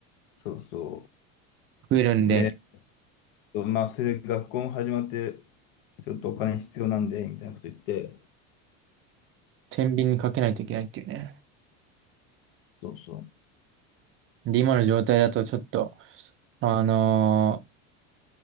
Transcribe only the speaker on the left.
そうそ
う。で、まあ、それで学校も始まって、ちょっとお金必要なんで、みたいなこと言って、
そうそう。